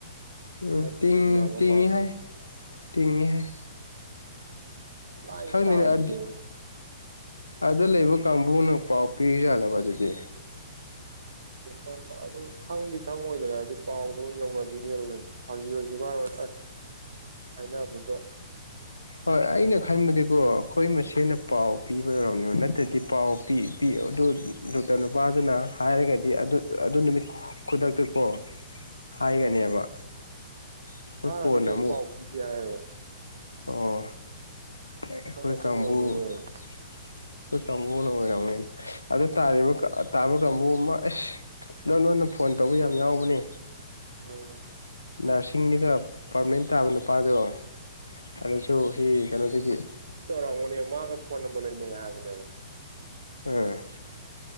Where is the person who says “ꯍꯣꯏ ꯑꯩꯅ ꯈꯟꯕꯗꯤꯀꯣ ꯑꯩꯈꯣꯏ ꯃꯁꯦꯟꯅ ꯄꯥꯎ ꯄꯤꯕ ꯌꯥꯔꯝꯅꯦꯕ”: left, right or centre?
Left